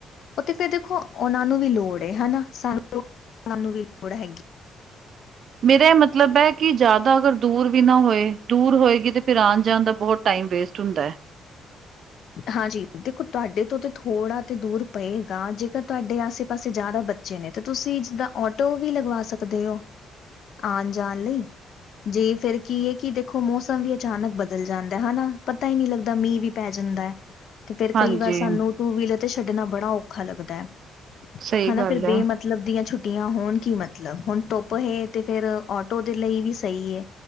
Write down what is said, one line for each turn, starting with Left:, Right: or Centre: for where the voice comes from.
Left: ਉਹ ਤੇ ਫੇਰ ਦੇਖੋ ਉਹਨਾਂ ਨੂੰ ਵੀ ਲੋੜ ਹਨਾ, ਸਾਨੂੰ -ਸਾਨੂੰ ਵੀ ਲੋੜ ਹੈਗੀ।
Right: ਮੇਰਾ ਇਹ ਮਤਲਬ ਹੈ ਕਿ ਜ਼ਿਆਦਾ ਅਗਰ ਦੂਰ ਵੀ ਨਾ ਹੋਏ, ਦੂਰ ਹੋਏਗੀ ਤੇ ਆਉਣ ਜਾਣ ਦਾ ਬਹੁਤ ਟਾਈਮ ਵੇਸਟ ਹੁੰਦਾ ਹੈ।
Left: ਹਾਂਜੀ ਦੇਖੋ ਤੁਹਾਡੇ ਤੋਂ ਤਾਂ ਥੋੜਾ ਤੇ ਦੂਰ ਪਏਗਾ, ਜੇਕਰ ਤੁਹਾਡੇ ਆਸੇ ਪਾਸੇ ਜਿਆਦਾ ਬੱਚ ਬੱਚੇ ਨੇ ਤੇ ਤੁਸੀਂ ਜਿੱਦਾ ਆਟੋ ਵੀ ਲਗਵਾ ਸਕਦੇ ਹੋ, ਆਉਣ ਜਾਣ ਲਈ। ਜੇ ਫਿਰ ਕੀ ਹੈ ਕਿ ਦੇਖੋ ਮੌਸਮ ਵੀ ਅਚਾਨਕ ਬਦਲ ਜਾਂਦਾ ਹਨਾ, ਪਤਾ ਈ ਨਹੀ ਲੱਗਦਾ ਮੀਂਹ ਵੀ ਪੈ ਜਾਂਦਾ ਹੈ, ਤੇ ਫੇਰ
Right: ਹਾਂਜੀ
Left: ਕਈ ਵਾਰ ਸਾਨੂੰ ਟੂ ਵੀਲਰ ਤੇ ਛੱਡਣਾ ਬੜਾ ਔਖਾ ਲੱਗਦੈ।
Right: ਸਹੀ
Left: ਹਨਾ
Right: ਗੱਲ
Left: ਫਿਰ ਬੇ
Right: ਹੈ।
Left: ਮ ਮਤਲਬ ਦੀਆਂ ਛੁੱਟੀਆਂ ਹੋਣ, ਕੀ ਮਤਲਬ ਹੁਣ ਧੁੱਪ ਹੈ ਤੇ ਫਿਰ ਆਟੋ ਦੇ ਲਈ ਵੀ ਸਹੀ ਐ।